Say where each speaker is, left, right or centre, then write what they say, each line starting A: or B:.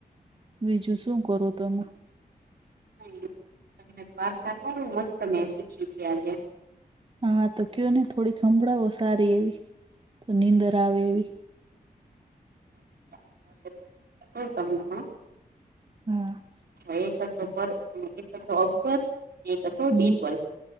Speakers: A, on the right; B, on the right.
A: બીજું શું કરો તમે?
B: <inaudible> કંઈક વાર્તા કરું મસ્ત મે શીખી છે આજે?
A: હા તો ક્યોને થોડી સંભળાવો સારી એવી- નીંદર આવે એવી?
B: <unintelligible>
A: હમ <unintelligible>
B: એક હતો <inaudible> અને એક હતો અકબર- એક હતો
A: હમ
B: બિરબલ